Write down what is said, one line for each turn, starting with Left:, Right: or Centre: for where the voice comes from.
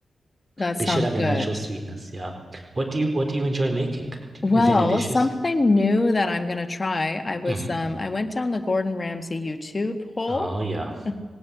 Left: That
Right: They
Left: sounds
Right: should have
Left: good.
Right: a natural Mm. sweetness. Yeah. What do you what do you enjoy making? Do
Left: Well,
Right: you- Is there any dishes?
Left: something new that I'm gonna try. I was
Right: hmm
Left: um I went down the Gordon Ramsay YouTube hole.
Right: Oh yeah.
Left: <laughs>